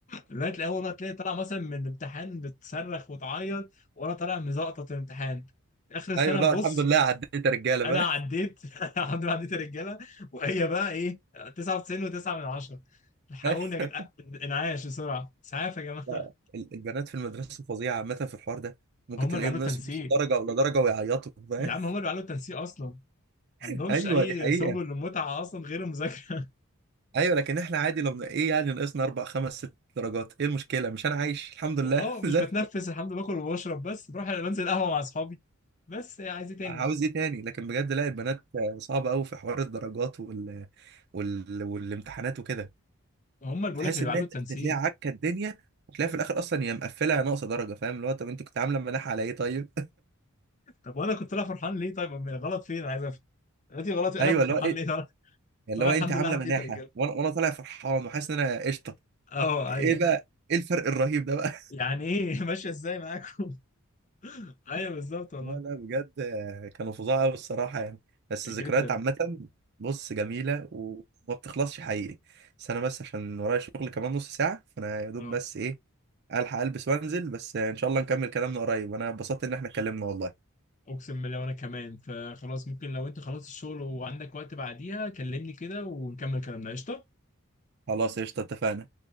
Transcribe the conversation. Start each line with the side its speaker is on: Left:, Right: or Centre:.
Left: لغايه الاول بقى تلاقي طالع مثلا من الامتحان بتصرخ وتعيط وانا طالع مزقطط الامتحان اخر السنه
Right: ايوه لا
Left: نبص
Right: الحمد لله عديت يا رجالة
Left: انا
Right: فاهم
Left: عديت <laughs> الحمد لله عديت الرجاله وهي بقى ايه 99 و9 من 10 الحقوني
Right: <laughs>
Left: يا جدعان انعاش بسرعه اسعاف يا جماعه
Right: لا، ال- البنات في المدرسة فظيعة عامة في الحوار ده ممكن
Left: هم اللي
Right: تلاقيهم
Left: بيعملوا التنسيق
Right: ناقص نص درجة ولا درجة ويعيطوا فاهم
Left: يا عم هم اللي بيعملوا التنسيق اصلا ما
Right: <laughs>
Left: عندهمش
Right: ايوه
Left: اي
Right: دي حقيقة
Left: سبل للمتعه اصلا غير المذاكره
Right: ايوه لكن احنا عادي لو ايه يعني ناقصنا اربع خمس ست درجات ايه المشكله مش انا عايش الحمد لله
Left: واه
Right: <laughs>
Left: مش
Right: زي
Left: بتنفس الحمد لله باكل وبشرب بس بروح بنزل قهوه مع اصحابي بس إيه، عايز ايه تاني
Right: عاوز ايه تاني لكن بجد لا البنات صعبه قوي في حوار الدرجات وال... وال... والامتحانات وكده
Left: هم اللي بيقول
Right: بتحس
Left: لك اللي
Right: ان
Left: بيعملوا
Right: انت
Left: التنسيق
Right: تلاقي عكه الدنيا وتلاقي في الاخر اصلا هي مقفله ناقصه درجه فاهم اللي هو طب انت كنت عامله مناحه على ايه طيب
Left: طب وانا كنت طالع فرحان ليه طيب امال غلط فين انا عايز افهم دلوقتي
Right: <laughs>
Left: غلط انا
Right: ايوه
Left: كنت
Right: اللي
Left: فرحان
Right: هو ايه
Left: ليه طالع
Right: اللي
Left: طالع
Right: هو
Left: الحمد
Right: انت عامله
Left: لله عديت
Right: مناحه
Left: يا رجاله
Right: وانا وانا طالع فرحان وحاسس ان انا قشطه
Left: اه
Right: ايه
Left: ايوه
Right: بقى ايه الفرق الرهيب ده بقى
Left: يعني ايه <laughs> ماشيه ازاي معاكم <laughs> ايوه بالظبط والله
Right: لا لا بجد آه، كانوا فظاع قوي الصراحه يعني بس
Left: جدا
Right: الذكريات عامه بص جميله وما بتخلصش حقيقي بس انا بس عشان ورايا شغل كمان نص ساعه فانا يا دوب
Left: اه
Right: بس ايه الحق البس وانزل بس آه، ان شاء الله نكمل كلامنا قريب وانا اتبسطت ان احنا اتكلمنا والله
Left: اقسم بالله وانا كمان فخلاص ممكن لو انت خلصت الشغل وعندك وقت بعديها كلمني كده ونكمل كلامنا قشطه
Right: خلاص قشطه اتفقنا